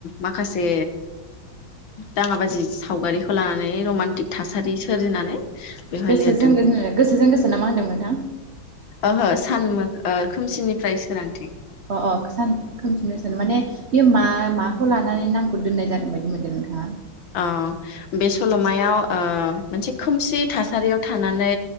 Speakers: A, on the left; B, on the right.
A: माखासे दाङा बाजि सावगारिखौ लानानै । रमान्टिक थासारि सोरजिनानै बेवहाय
B: गोसोजों
A: लिरदों ।
B: गोसोजों गोसो ना मा होनदों नोंथां
A: ओहो सान खोमसिनिफ्राय सोरांथिं ।
B: अ अ सान खोमसिननो सान माने बे मा माखौ लानानै नामखौ दोननाय जादों बायदि मोनदों नोंथाङा?
A: आ बे सल'मायाव आ मोनसे खोमसि थासारियाव थानानै